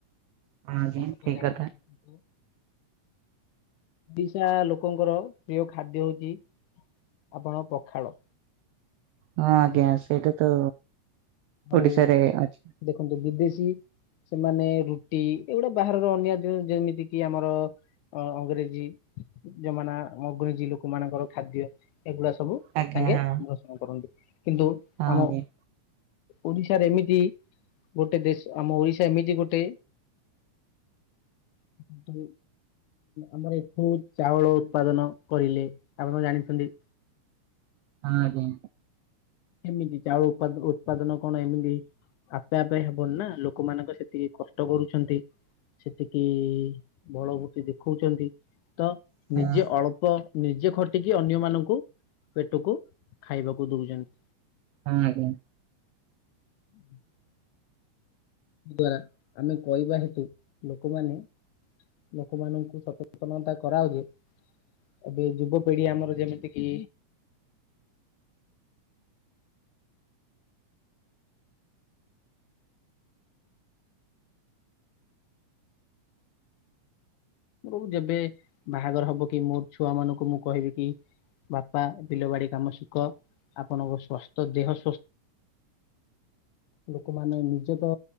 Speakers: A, on the right; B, on the left.
A: ହଁ ଆଜ୍ଞା
B: ଆପଣ କେଇ
A: ଠିକ
B: ଜାଣିଛନ୍ତି।
A: କଥା।
B: ଓଡିଶା ଲୋକଙ୍କର ପ୍ରିୟ ଖାଦ୍ୟ ହଉଛି। ଆପଣ ଙ୍କ ପଖାଳ।
A: ହଁ
B: ବୁଝିଲେ
A: ଆଜ୍ଞା
B: କି
A: ସେଇଟା ତ
B: ଆଉ
A: ଓଡିଶାରେ ଅଛି।
B: ଦେଖନ୍ତୁ ବିଦେଶୀ। ସେମାନେ ରୁଟି ଏଗୁଡା ବାହାରର ଅନ୍ୟା <unintelligible> ଯେମିତି କିି ଆମର ଅ-ଅଂଗ୍ରେଜୀ ଜମାନା ଅଂଗ୍ରେଜୀ ଲୋକମାନଙ୍କର ଖାଦ୍ୟ ଏଗୁଡା ସବୁ
A: ଆଜ୍ଞା
B: ତାଙ୍କେ
A: ହଁ
B: <inaudible> କରନ୍ତି କିନ୍ତୁ
A: ହଁ
B: ଆମ
A: ଆଜ୍ଞା।
B: ଓଡିଶାରେ ଏମିତି ଗୋଟେ ଦେଶ ଆମ ଓଡିଶା ଏମିତି ଗୋଟେ <inaudible> ଉଁ ଆମର ଏଇଠୁ ଚାଉଳ ଉତ୍ପାଦନ କରିଲେ ଆପଣ ଜାଣିଛନ୍ତି?
A: ହଁ ଆଜ୍ଞା।
B: ଏମିତି ଚାଉଳ ଉପାଦ-ଉତ୍ପାଦନ କଣ ଏମିତି ଆପେ ଆପେ ହେବନି ନା ଲୋକମାନଙ୍କ ସେତିକି କଷ୍ଟ କରୁଛନ୍ତି। ସେତିକି ବଳ ଭୃତି ଦେଖଉଛନ୍ତି। ତ
A: ହଁ
B: ନିଜେ
A: ହଁ ଆଜ୍ଞା।
B: ଅଳ୍ପ ନିଜେ ଖଟିକି ଅନ୍ୟମାନଙ୍କୁ ପେଟକୁ ଖାଇବାକୁ ଦଉଛନ୍ତି।
A: ହଁ ଆଜ୍ଞା।
B: ହୁଁ <inaudible> ଦ୍ଵାରା ଆମେ କହିବା ହେତୁ ଲୋକମାନେ ଲୋକମାନଙ୍କୁ ସଚେତନତା କରାଅ ଯେ ଏବେ ଯୁବପିଢି ଆମର ଯେମିତି କିି ମୋର ଯେବେ ବାହାଘର ହବ କି ମୋର ଛୁଆମାନଙ୍କୁ ମୁଁ କହିବି କି ବାପା ବିଲ ବାଡି କାମ ଶିଖ। ଆପଣଙ୍କ ସ୍ଵାସ୍ଥ ଦେହ ସ୍ବ ଲୋକମାନେ ନିଜେ ତ